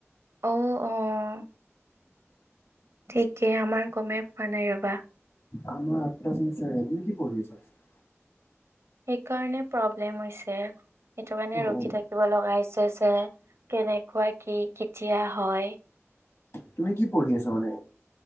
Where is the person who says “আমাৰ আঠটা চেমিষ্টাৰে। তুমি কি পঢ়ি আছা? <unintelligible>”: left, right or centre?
Left